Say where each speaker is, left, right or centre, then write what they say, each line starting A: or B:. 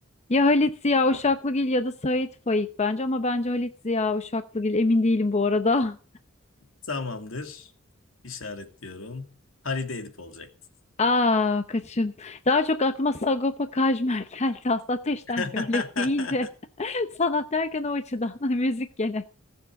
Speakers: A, on the left; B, on the left.
A: Ya Halit Ziya Uşaklıgil ya da Sait Faik bence ama bence Halit Ziya Uşaklıgil emin değilim bu arada.
B: Tamamdır. İşaretliyorum. Halide Edip olacaktı.
A: <laughs> Aa kaçın. Daha çok aklıma Sagopa Kajmer <laughs> geldi. Aslında ateşten
B: <laughs>
A: gömlek deyince <laughs> sanat derken o açıdan <laughs> müzik gene